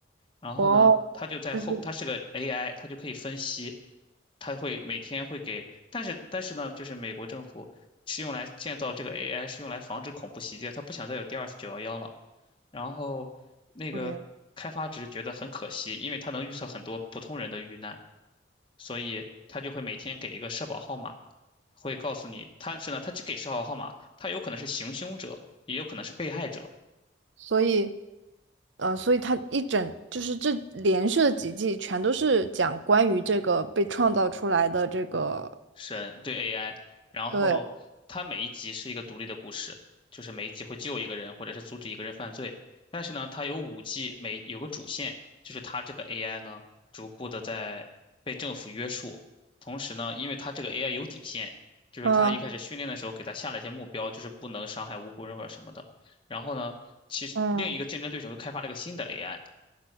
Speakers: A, on the left; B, on the right.
A: 然后呢，
B: 哦，
A: 他就在后，
B: 就是
A: 他是个 AI，他就可以分析他会每天会给，但是但是呢，就是美国政府是用来建造这个 AI，是用来防止恐怖袭击的，他不想再有第二次九幺幺了。然后那个开发者觉得很可惜，
B: OK，
A: 因为他能预测很多普通人的遇难，所以他就会每天给一个社保号码，会告诉你，但是呢，他只给社保号码，他有可能是行凶者，也有可能是被害者，
B: 所以呃，所以它一整就是这连续的几季全都是讲关于这个被创造出来的这个，
A: 神对 AI，然后它每一集是一个独立的故事，
B: 对，
A: 就是每一集会救一个人或者是阻止一个人犯罪。但是呢，它有五季，每有个主线，就是它这个 AI 呢逐步的在被政府约束。同时呢，因为它这个 AI 有底线，就是它一开始训练的时候给它下了一些目标，
B: 嗯
A: 就是不能伤害无辜人或者什么的。然后呢，其实另一个竞争对手又开发了一个新的
B: 嗯，
A: AI，